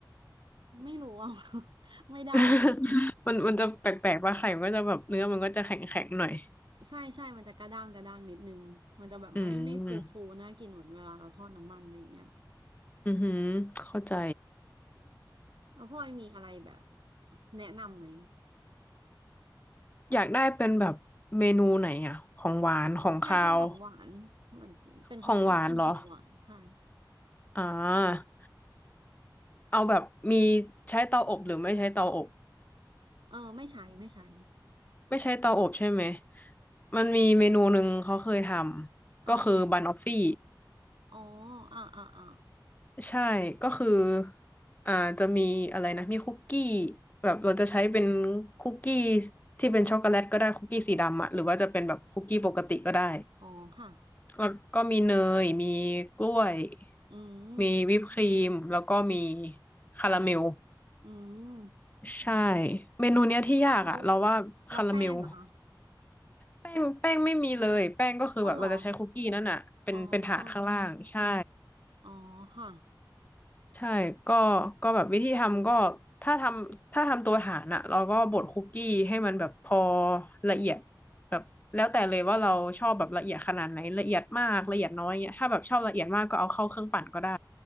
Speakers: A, on the right; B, on the left.
A: ไม่รู้อ่ะ <laughs> ไม่ได้อะ
B: <laughs> มันมันจะแปลกๆป่าไข่มันก็จะแบบเนื้อมันก็จะแข็งๆหน่อย
A: ใช่ใช่มันจะกระด้างกระด้างนิดนึงมันจะแบบไม่ไม่ฟูฟูน่ากินเหมือนเวลาเราทอดน้ำมันอะไรอย่างเงี้ย
B: อืมอือหือเข้าใจ
A: แล้วพ่อยมีอะไรแบบแนะนำไหม
B: อยากได้เป็นแบบเมนูไหนอ่ะของหวานของคาว
A: ใช่ใช่ของหวานเหมือนเป็นคนชอบกินของหวานค่ะ
B: ของหวานเหรออ่าเอาแบบมีใช้เตาอบหรือไม่ใช้เตาอบ
A: เออไม่ใช้ไม่ใช้
B: ไม่ใช้เตาอบใช่ไหมมันมีเมนูหนึ่งเขาเคยทำก็คือบันออฟฟี่
A: อ่าฮะอ๋ออ่าอ่าอ่า
B: ใช่ก็คืออ่าจะมีอะไรนะมีคุกกี้แบบเราจะใช้เป็นคุกกี้ที่เป็นช็อกโกแลตก็ได้คุกกี้สีดำอะหรือว่าจะเป็นแบบคุกกี้ปกติก็ได้
A: อ๋อค่ะ
B: แล้วก็มีเนย มีกล้วย
A: อืม
B: มีวิปครีม แล้วก็มีคาราเมล
A: อืม
B: ใช่ เมนูเนี้ยที่ยากอ่ะเราว่าคาราเมล
A: อ้าวแล้วแล้วแป้งเหรอะคะ
B: แป้งแป้งไม่มีเลยแป้งก็คือแบบเราจะใช้คุกกี้นั่นอ่ะเป็นเป็นถาดข้างล่าง
A: เอาเหรออ๋อ
B: ใช่
A: อ๋อค่ะ
B: ใช่ก็ก็แบบวิธีทำก็ถ้าทำถ้าทำตัวฐานอ่ะเราก็บดคุกกี้ให้มันแบบพอละเอียดแบบแล้วแต่เลยว่าเราชอบแบบละเอียดขนาดไหนละเอียดมากละเอียดน้อยเงี้ยถ้าแบบชอบละเอียดมากก็เอาเข้าเครื่องปั่นก็ได้